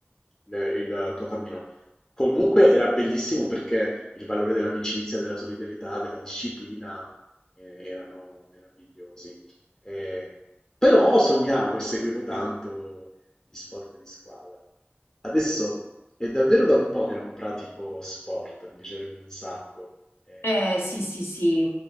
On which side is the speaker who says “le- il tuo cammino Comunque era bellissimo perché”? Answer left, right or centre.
Left